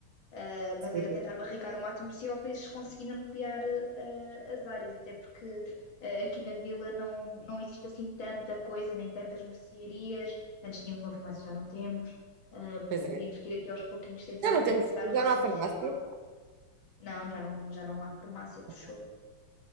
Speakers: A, on the left; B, on the right.
A: Uh,
B: Sim,
A: mas era tentar barricar o máximo possível para eles conseguirem ampliar uh, as áreas, até porque uh, aqui na vila não, não existe assim tanta coisa, nem tantas mercearias. Antes tínhamos uma farmácia, já não temos, Uh, portanto
B: Pois é.
A: teríamos que ir aqui aos pouquinhos tentar
B: Já não
A: conquistar
B: temos,
A: o máximo
B: já não há farmácia.
A: possível. Não, já não, já não há farmácia, fechou.
B: Ok.